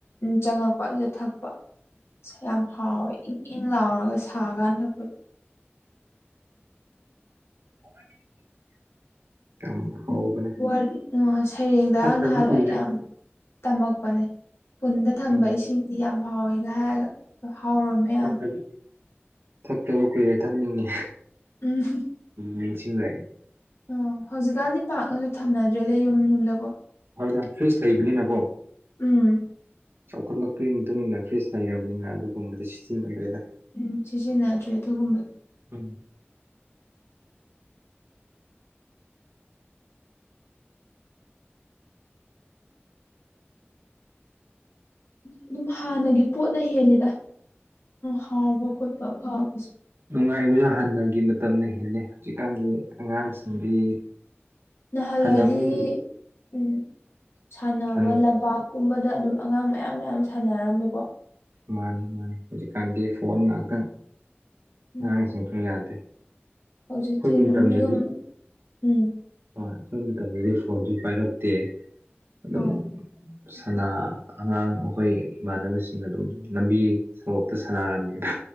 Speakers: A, on the left; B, on the right.
A: ꯆꯪꯉꯛꯄ ꯑꯗꯨꯗ ꯊꯛꯄ꯫ ꯌꯥꯝ ꯍꯥꯎꯋꯦ ꯏꯪ ꯏꯪ ꯂꯥꯎꯔꯒ ꯁꯥꯀꯥꯟꯗ ꯊꯛꯄꯗꯣ꯫
B: <unintelligible> ꯌꯥꯝ ꯍꯥꯎꯕꯅꯦ
A: ꯎꯝ ꯋꯥꯔꯤ ꯁꯩꯔꯦꯡꯗꯥ
B: ꯊꯛꯇꯕ
A: ꯅꯍꯥꯟꯋꯥꯏ
B: ꯀꯨꯏꯔꯦ
A: ꯌꯥꯝ <unintelligible> ꯇꯝꯃꯛꯄꯅꯦ ꯄꯨꯟꯗ ꯊꯝꯕ
B: ꯎꯝ
A: ꯏꯁꯤꯡꯗꯤ ꯌꯥꯝ ꯍꯥꯎꯋ‌ꯦꯒ ꯍꯥꯏꯔꯒ ꯑ ꯍꯥꯎꯔꯝꯃꯦ ꯌꯥꯝ꯫
B: ꯊꯛꯇꯕ ꯊꯛꯇꯕ ꯀꯨꯏꯔꯦ ꯊꯛꯅꯤꯡꯉꯦ
A: ꯎꯝ
B: ꯅꯤꯡꯁꯤꯡꯔꯛꯑꯦ꯫
A: ꯑꯣ ꯍꯧꯖꯤꯛꯀꯥꯟꯗꯤ ꯄꯥꯛꯅꯁꯨ ꯊꯝꯅꯗ꯭ꯔꯦꯗ ꯌꯨꯝ ꯌꯨꯝꯗ꯫
B: ꯍꯣꯏꯗ ꯐ꯭ꯔꯤꯖ ꯂꯩꯕꯅꯤꯅꯀꯣ꯫
A: ꯎꯝ
B: ꯆꯥꯎꯈꯠꯂꯛꯄꯒꯤ ꯃꯇꯨꯡ ꯏꯟꯅ ꯐ꯭ꯔꯤꯖ ꯂꯩꯩꯔꯕꯅꯤꯅ ꯑꯗꯨꯒꯨꯝꯕꯗꯤ ꯁꯤꯖꯤꯟꯅꯗ꯭ꯔꯦꯗ꯫
A: ꯎꯝ ꯁꯤꯖꯤꯟꯅꯗ꯭ꯔꯦ ꯑꯗꯨꯒꯨꯝꯕ꯫
B: ꯎꯝ
A: ꯑꯗꯨꯝ ꯍꯥꯟꯅꯒꯤ ꯄꯣꯠꯅ ꯍꯦꯜꯂꯤꯗ ꯍꯥꯎꯕ ꯈꯣꯠꯄ ꯐꯕꯁꯦ꯫
B: ꯅꯨꯡꯉꯥꯏꯕꯖꯨ ꯍꯥꯟꯅꯒꯤ ꯃꯇꯝꯅ ꯍꯦꯜꯂꯦ ꯍꯧꯖꯤꯛꯀꯥꯟꯒꯤ ꯑꯉꯥꯡꯁꯤꯡꯗꯤ,
A: ꯅꯍꯥꯜꯋꯥꯏꯗꯤ
B: ꯍꯟꯅ ꯑꯩꯈꯣꯏꯒꯤ
A: ꯎꯝ ꯁꯥꯟꯅꯕ
B: ꯀꯩꯅꯣ
A: ꯂꯝꯄꯥꯛ, ꯀꯨꯝꯕꯗ ꯑꯗꯨꯝ ꯑꯉꯥꯡ ꯃꯌꯥꯝ ꯃꯌꯥꯝ ꯁꯥꯟꯅꯔꯝꯃꯦꯀꯣ꯫
B: ꯃꯥꯅꯤ ꯃꯥꯅꯤ ꯍꯧꯖꯤꯛꯀꯥꯟꯗꯤ ꯐꯣꯟ ꯉꯥꯛꯇ
A: ꯎꯝ
B: ꯑꯉꯥꯡꯁꯤꯡꯁꯨ ꯌꯥꯗꯦ꯫
A: ꯍꯧꯖꯤꯛꯇꯤ
B: ꯑꯩꯈꯣꯏꯒꯤ
A: ꯑꯗꯨꯝ
B: ꯃꯇꯝꯗꯗꯤ
A: ꯌꯨꯝ ꯎꯝ꯫
B: ꯍꯣꯏ ꯑꯩꯈꯣꯏ ꯃꯇꯝꯗꯗꯤ ꯐꯣꯟꯖꯨ ꯄꯥꯏꯔꯛꯇꯦ ꯑꯗꯨꯝ,
A: ꯍꯣꯏ
B: ꯁꯅꯥ ꯑꯉꯥꯡ ꯑꯩꯈꯣꯏ ꯏꯃꯥꯟꯅꯕꯁꯤꯡ ꯑꯗꯨꯝ ꯂꯝꯕꯤ, ꯁꯣꯔꯣꯛꯇꯨ ꯁꯥꯟꯅꯔꯝꯃꯦꯕ